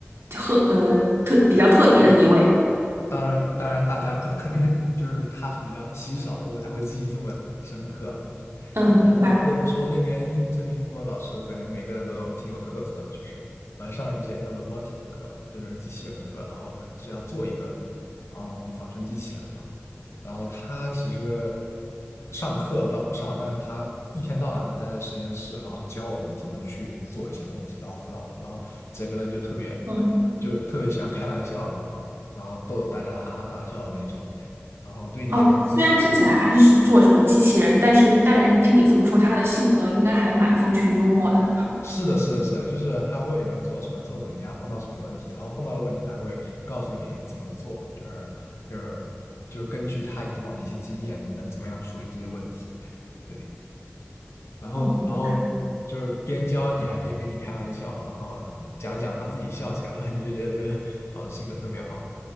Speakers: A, on the right; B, on the left.
A: 特呃特比较特别的一位？
B: 当然，当然，大家 <laughs> 呃肯定就是他是比较稀少的，我才会记忆这么深刻啊，就是
A: 嗯，明白。
B: 嗯，不得不说，那边英这边英国老师，我感觉每个人都挺有特色的。就是我还上了一节那 robotic 的课，就是机器人的课，然后他是要做一个嗯仿生机器人嘛。然后他其实上课倒不上，但是他一天到晚都待在实验室，然后教我们怎么去做一些东西，然后辅导我们，然后整个人就特别
A: 嗯。
B: 就特别喜欢开玩笑，然后然后逗得大家哈哈大笑的那种，然后对你也特别的。
A: 哦，虽然听起来还是是做什么机器人，但是但是听你这么说，他的性格应该还蛮风趣幽默的。
B: 是的，是的，是的，就是他会问你们做什么，做怎么样，碰到什么问题，然后碰到了问题，他会告诉你怎么做，就是就是就是根据他以往的一些经验，你能怎么样处理这些问题，对，然后然后
A: 哦，明白。
B: 就是边教你还边跟你开玩笑，然后讲讲他自己笑起来了，你就觉得这个老师性格特别好，